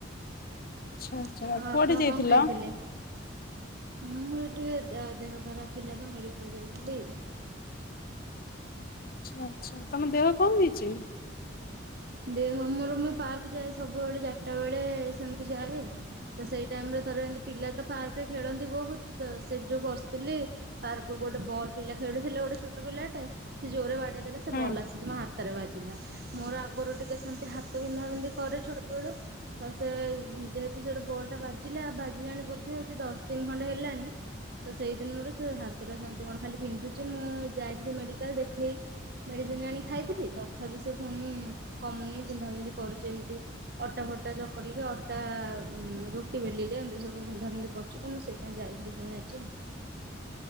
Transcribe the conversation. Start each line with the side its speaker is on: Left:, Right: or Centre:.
Left: ଆଚ୍ଛା-ଆଚ୍ଛା
Right: ଆଚ୍ଛା ଆଉ ଆପଣ
Left: କୁଆଡେ ଯାଇଥିଲ?
Right: କଣ ଖାଇଥିଲେ? ମୁଁ <unintelligible> ଟିକେ ଦେ ଦେହ ଖରାପ୍ ଥିଲା ତ ମେଡିକାଲ୍ ଯାଇଥିଲି।
Left: ଆଚ୍ଛା-ଆଚ୍ଛା, ତମ ଦେହ କଣ ହେଇଚି?
Right: ଦେହ ମୋର ମୁଁ ପାର୍କ ଯାଏ ସବୁବେଳେ ଚାରିଟା ବେଳେ ସେମ୍ତି ଯାଏ। ତ ସେଇ ଟାଇମ୍ ରେ ଥରେ ଏନ୍ତି ପିଲା ତ ପାର୍କରେ ଖେଳନ୍ତି ବହୁତ୍ ତ ସେଇଠି ଯୋଉ ବସିଥିଲି ପାର୍କରୁ ଗୋଟେ ବଲ୍ ପିଲା ଖେଳୁଥିଲେ ଗୋଟେ ଛୋଟ ପିଲାଟେ ସେ ଜୋରେ ବାଡେଇ ଦେଲା ସେ
Left: ଆଚ୍ଛା
Right: ବଲ୍ ଆସିିକି ମୋ ହାତରେ ବାଜିଲା ମୋର ଆଗରୁ ଟିକେ ସେମ୍ତି ହାତ ବିନ୍ଧା ବିନ୍ଧି କରେ ଛୋଟବେଳୁ। ତ ସେ ଯେହେତୁ ସେଟା ବଲ୍ ଟା ବାଜିଲା ବାଜିଲାଣି ବୋଧେ ସେ ଦଶ୍ ଦିନ୍ ଖଣ୍ଡେ ହେଲାଣି। ତ ସେଇ ଦିନରୁ ସେ ହାତଟା ସେମ୍ତି ମୋର ଖାଲି ବିନ୍ଧୁଚି, ମୁଁ ଯାଇଥିଲି ମେଡିକାଲ୍ ଦେଖେଇ ମେଡିସିନି ଆଣି ଖାଇଥିଲି ତଥାପି ସେ ପୁଣି କମୁନି ବିନ୍ଧା ବିିନ୍ଧି କରୁଚି ଏମ୍ତି। ଅଟା ଫଟା ଚକଟିଲେ କି ଅଟା ଉଁ ରୁଟି ବେଲିଲେ ଏମ୍ତି ସବୁ ବିନ୍ଧା ବିନ୍ଧି କରୁ ଚି, ତ ମୁଁ ସେଇ ପାଇଁ ଯାଇଥିଲି ପୁଣି ଆଜି।